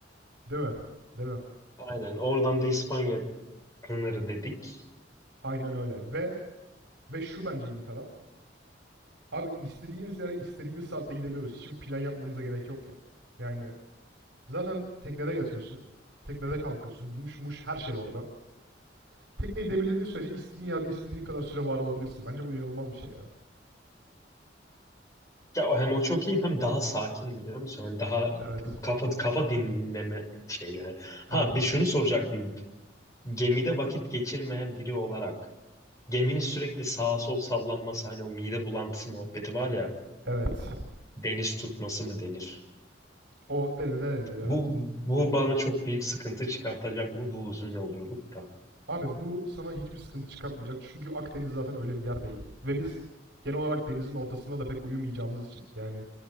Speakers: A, on the right (about 70°); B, on the left (about 20°).
A: Değil mi? Değil mi?
B: Aynen. Oradan da İspanya sınırı dedik.
A: Aynen öyle. Ve ve şu bence iyi taraf. Abi istediğimiz yere istediğimiz saatte gidebiliyoruz. Hiçbir plan yapmamıza gerek yok ya. Yani zaten teknede yatıyorsun. Teknede kalkıyorsun. Duş, muş her şey orada. Tekneyi demirlediğin sürece istediğin yerde istediğin kadar süre var olabilirsin. Bence bu inanılmaz bir şey ya.
B: Ya o hem o çok iyi hem daha sakin biliyor musun? Hani daha
A: Evet.
B: kafa kafa dinleme şey yani.
A: Evet.
B: Ha bir şunu soracaktım. Gemide vakit geçirmeyen biri olarak geminin sürekli sağa sol sallanması hani o mide bulantısı muhabbeti var ya
A: Evet.
B: deniz tutması mı denir?
A: O denenebilir evet.
B: Bu bu bana çok büyük sıkıntı çıkartacak mı bu uzun yolculukta?
A: Abi bu sana hiçbir sıkıntı çıkartmayacak. Çünkü Akdeniz zaten öyle bir yer değil. Ve biz genel olarak denizin ortasında da pek uyumayacağımız için. Yani